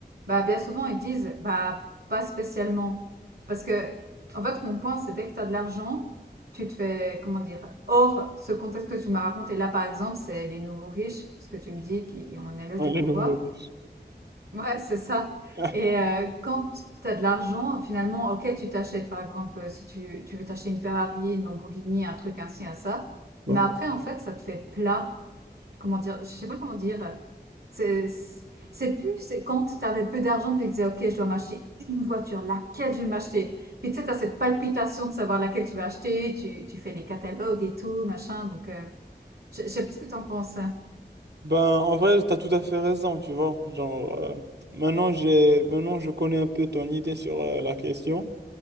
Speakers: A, on the right; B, on the right.
A: Bah, bien souvent, ils disent bah, pas spécialement. Parce que, en fait, mon point, c'est dès que tu as de l'argent, tu te fais, comment dire, hors ce contexte que tu m'as raconté. Là, par exemple, c'est les nouveaux riches, ce que tu me dis, qui ont un éloge
B: Ouais,
A: de pouvoir.
B: le nouveau riche.
A: Ouais, c'est ça.
B: <laughs>
A: Et euh, quand tu as de l'argent, finalement, ok, tu t'achètes, par exemple, euh, si tu, tu veux t'acheter une Ferrari, une Lamborghini, un truc ainsi, un ça. Mais
B: Ouais.
A: après, en fait, ça te fait plat. Comment dire? Je sais pas comment dire. C'est, c'est c'est plus, c'est quand t'avais peu d'argent, puis tu disais, ok, je dois m'acheter une voiture, laquelle je vais m'acheter? Puis tu sais, t'as cette palpitation de savoir laquelle tu vas acheter, tu, tu fais les catalogues et tout, machin. Donc, euh, je, je sais pas ce que t'en penses. hein.
B: Ben, en vrai, t'as tout à fait raison, tu vois. Genre, euh, maintenant, j'ai, maintenant, je connais un peu ton idée sur euh, la question.